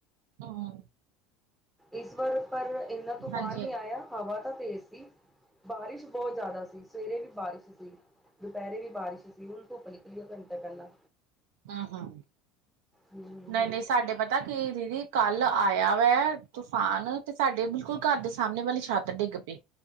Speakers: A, on the right; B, in the centre.
A: ਹਾਂ
B: ਇਸ ਵਾਰ ਪਰ ਇੰਨਾ ਤੂਫਾਨ
A: ਹਾਂਜੀ,
B: ਨੀ ਆਇਆ ਹਵਾ ਤਾਂ ਤੇਜ਼ ਸੀ। ਬਾਰਿਸ਼ ਬਹੁਤ ਜ਼ਿਆਦਾ ਸੀ। ਸਵੇਰੇ ਵੀ ਬਾਰਿਸ਼ ਸੀ। ਦੁਪਹਿਰੇ ਵੀ ਬਾਰਿਸ਼ ਸੀ, ਹੁਣ ਧੁੱਪ ਨਿਕਲੀ ਘੰਟਾ ਪਹਿਲਾਂ
A: ਹਾਂ ਹਾਂ।
B: ਹੂੰ।
A: ਨਹੀਂ -ਨਹੀਂ ਸਾਡੇ ਪਤਾ ਕੀ ਦੀਦੀ ਕੱਲ ਆਇਆ ਵੈ, ਤੂਫਾਨ ਤੇ ਸਾਡੇ ਬਿਲਕੁਲ ਘਰ ਦੇ ਸਾਹਮਣੇ ਵਾਲੀ ਛੱਤ ਡਿੱਗ ਪਈ